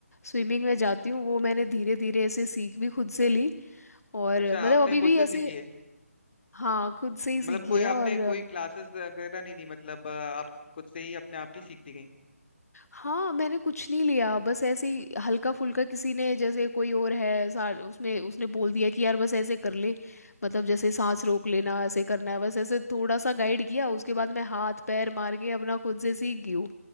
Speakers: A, on the left; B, on the left.
A: स्विमिंग में जाती हूँ वो मैंने धीरे धीरे ऐसे सीख भी खुद से ली और
B: अच्छा
A: मतलब
B: आपने
A: अभी भी
B: खुद से
A: ऐसे
B: सीखी है
A: हाँ खुद से ही
B: मतलब
A: सीखी
B: कोई
A: है
B: आपने
A: और
B: कोई क्लासेस वगैरह नहीं ली मतलब अ, आप खुद से ही अपने आप ही सीखती गई
A: हाँ मैंने कुछ नहीं लिया बस ऐसे ही हल्का फुल्का किसी ने जैसे कोई और है सार उसमें उसने बोल दिया कि यार बस ऐसे कर ले मतलब जैसे सांस रोक लेना ऐसे करना है बस ऐसे थोड़ा सा गाइड किया उसके बाद मैं हाथ पैर मार के अपना खुद से सीख गई हूँ